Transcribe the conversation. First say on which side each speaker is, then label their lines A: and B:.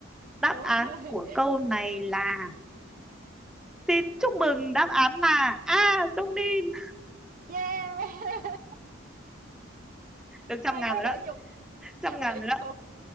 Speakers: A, in the centre; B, on the right (about 40°).
A: Đáp
B: đúng
A: án
B: rồi
A: của câu này là xin chúc mừng đáp án là A sông Ninh.
B: Yeah! <laughs>
A: <laughs> Được trăm
B: May
A: ngàn
B: quá
A: rồi đó,
B: đỡ nhục,
A: trăm ngàn
B: đỡ
A: rồi đó.
B: nhục.